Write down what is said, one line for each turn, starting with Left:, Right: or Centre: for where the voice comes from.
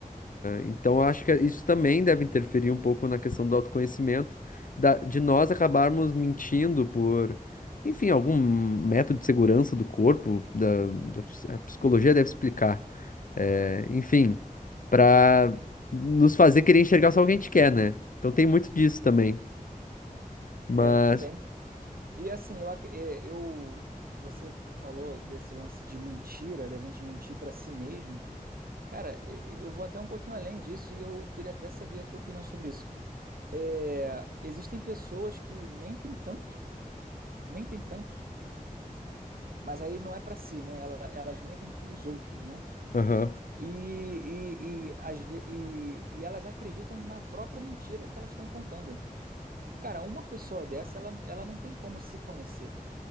Left: Então, eu acho que isso também deve interferir um pouco na questão do autoconhecimento, da- de nós acabarmos mentindo por, enfim, algum método de segurança do corpo, da, da ps- a psicologia deve explicar, é, enfim, para nos fazer querer enxergar só o que a gente quer, né? Então, tem muito disso também. Mas,
Right: É, também. E assim, eu, ac- é, eu- você falou desse lance de mentira, da gente mentir para si mesmo. Cara, e- e eu vou até um pouquinho além disso e eu queria até saber a tua opinião sobre isso. É, existem pessoas que mentem tanto, mentem tanto, mas aí não é para si, né? Ela- Elas mentem para os outros, né?
Left: aham,
Right: E, e, e, às ve- e- e elas acreditam na própria mentira que elas estão contando. Cara, uma pessoa dessa, ela, ela não tem como se conhecer.